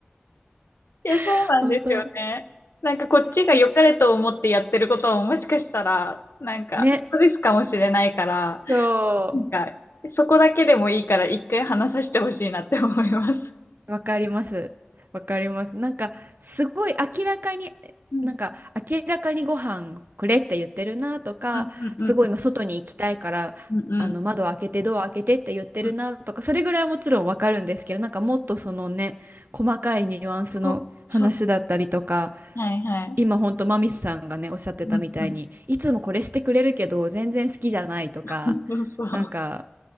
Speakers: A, on the left; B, on the right.
A: いや、そうなんですよね。
B: <laughs> 本当、
A: なんかこっちが良かれと思ってやってることももしかしたら、
B: す、
A: なんか、
B: ね、
A: ストレスかもしれないから、
B: そう
A: なんか、そこだけでもいいから一回話させてほしいなって思います。
B: わかります。わかります。なんか、すごい明らかに、
A: うん。
B: なんか、明らかにご飯くれって言ってるなとか、
A: うんうんうん
B: すごい今外に行きたいから、
A: うんうん
B: あの、窓開けて、ドア開けてって言ってるなとか、
A: うん。
B: それぐらいはもちろんわかるんですけど、なんかもっとそのね、細かいニュアンスの話だったりとか、
A: こう、そう。はいはい。
B: 今ほんとマミスさんがね、おっしゃってたみたいに、
A: うんうん
B: いつもこれしてくれるけど、全然好きじゃないとか、
A: うんうそうそう。うん
B: なんか、